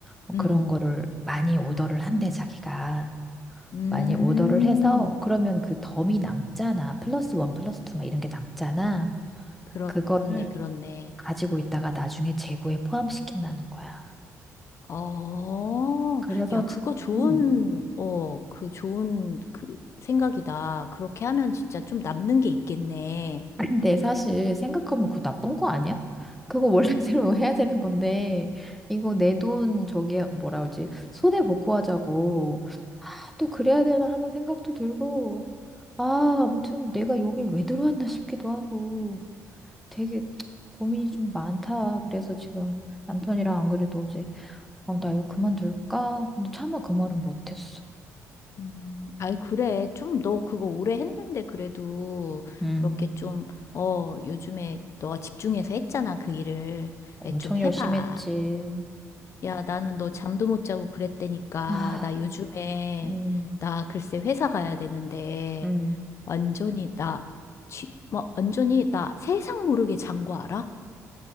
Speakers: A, in the centre; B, on the left.
A: 뭐
B: 음,
A: 그런 거를 많이 오더를 한대, 자기가.
B: 음,
A: 많이 오더를 해서, 그러면 그 덤이 남잖아. 플러스 원, 플러스 투 막 이런 게 남잖아.
B: 그렇네,
A: 그거를
B: 그렇네.
A: 가지고 있다가 나중에 재고에 포함시킨다는 거야.
B: 어,
A: 그래서,
B: 야, 그거
A: 진-
B: 좋은,
A: 음.
B: 어, 그 좋은 그 생각이다. 그렇게 하면 진짜 좀 남는 게 있겠네.
A: 근데 사실 생각하면 그거 나쁜 거 아니야? 그거 원래대로 <laughs> 해야 되는 건데 이거 내 돈 저기 뭐라 그러지? 손해 보고 하자고 아, 또 그래야 되나 하는 생각도 들고 아 아무튼 내가 여길 왜 들어왔나 싶기도 하고 되게 고민이 좀 많다. 그래서 지금 남편이랑 안 그래도 어제 어, 나 이거 그만둘까? 근데 차마 그 말은 못했어.
B: 음. 아이, 그래. 좀 너 그거 오래 했는데 그래도
A: 음
B: 그렇게 좀, 어, 요즘에 너가 집중해서 했잖아. 그 일을.
A: 엄청
B: 에, 좀 해봐.
A: 열심히 했지.
B: 야, 나는 너 잠도 못 자고 그랬다니까.
A: 아
B: 나 요즘에,
A: 음,
B: 나 글쎄 회사 가야 되는데,
A: 음.
B: 완전히 나, 쥐, 뭐, 완전히 나 세상 모르게 잔 거 알아?